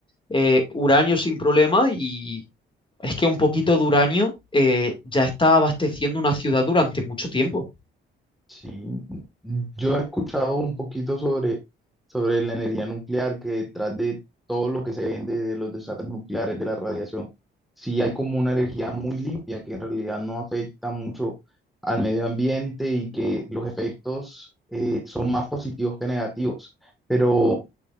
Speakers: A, on the left; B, in the centre.
A: eh, uranio sin problema y es que un poquito de uranio eh, ya está abasteciendo una ciudad durante mucho tiempo.
B: Sí, yo he escuchado un poquito sobre, sobre la energía nuclear, que detrás de todo lo que se vende de los desastres nucleares, de la radiación, sí hay como una energía muy limpia que en realidad no afecta mucho al medio ambiente y que los efectos eh, son más positivos que negativos. Pero